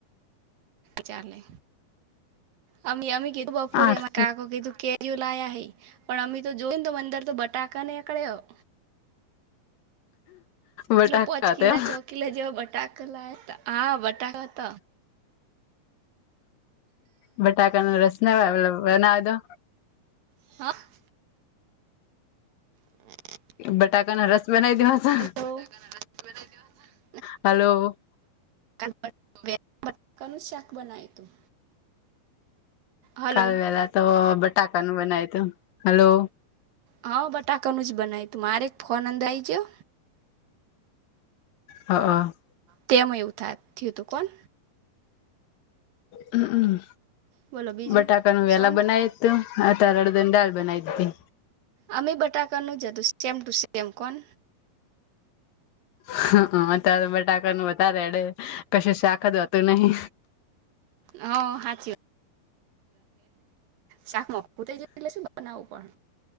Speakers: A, on the right; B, on the left.
A: ચાલે અમ અમી કીધું બપોરે
B: આઠ
A: અમા કાકો કીધું કેય લાયા હે પણ અમે તો જોઈ ને ત અંદર તો બ ટાકા નેકર્યા
B: બટાકા
A: એટલો પોચ
B: હતા
A: કિલ્લા છોક કીલે જેવ બટાખ લ આ બટાકા ત
B: બટાકા ન રસ ના બનાવે દો.
A: <unintelligible> <inaudible>
B: બટાકા ના રસ બનાવી દેવા તા
A: બટાકા ના રસ બનાવી દેવાતા.
B: હલો
A: કાલ <unintelligible> બટકાનું શાક બનાય હતું. હલો
B: કાલ વેલા તો બટાકાનું બનાયુતુ હલો
A: હા બટાકાનું જ બનાયુ તું મારે એક ફોન અંદર આઈજ્યો.
B: હા હ
A: તેમમાં એવું થ થયું હતું કોન
B: હમ હમ
A: બોલો બીજું
B: બટાકા નું વેલા
A: સોંત
B: બનાાયતું આતારે અડદની દાળ બનઈતી.
A: અમે બટાકાનું જાદુ સેમ ટુ સેમ કોન
B: હ હા ત્યારે બટાકાનું વધારે એડે કશી શાક ત હોતું નહિ.
A: હ સાાચી શાક મું <unintelligible> બનાવું